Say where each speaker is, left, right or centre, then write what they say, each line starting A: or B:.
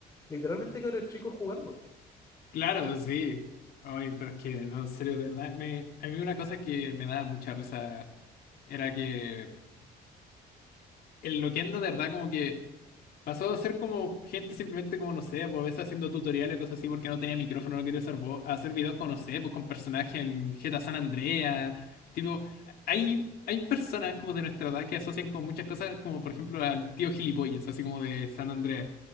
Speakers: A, on the left; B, on the left.
A: literalmente cabros chicos jugando.
B: Claro, sí. Ay, pero es que, no, en serio, de verdad, me, a mí una cosa que me daba mucha risa era que el Loquendo, de verdad, como que Pasó a ser como gente simplemente como, no sé, pues haciendo tutoriales, cosas así, porque no tenía micrófono, no quería usar voz, a hacer videos con, no sé, pues con personajes en GTA San Andreas, tipo, hay, hay personas como de nuestra edad que asocian con muchas cosas, como por ejemplo al tío gilipollas, así como de San Andreas,